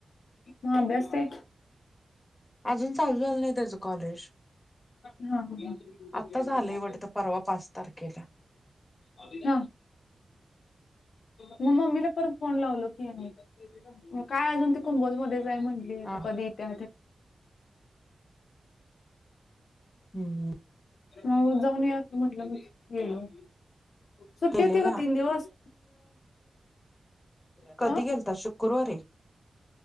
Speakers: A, on the left (about 85°); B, on the left (about 20°).
A: हां बसते.
B: अजून चालू नाही त्याच कॉलेज.
A: हां हां. हां
B: आता झालंयवटतं परवा पाच तारखेला.
A: <inaudible> मग मम्मीला परत फोन लावलो,, की म मग काय अजून ते कुंभोज मध्ये म्हंली
B: हा
A: कधी येत्या
B: हम्म.
A: मग जाऊन यात म्हटलं मग गेलो. सुुट्टी
B: गेलेला
A: होती ग तीन दिवस
B: कधी
A: अ
B: गेलता शुक्रवारी हम्म